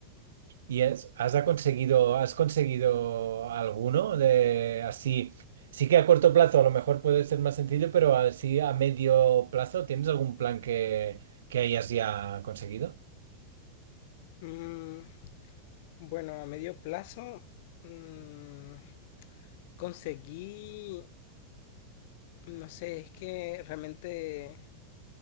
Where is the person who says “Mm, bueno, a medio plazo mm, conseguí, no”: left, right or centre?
Left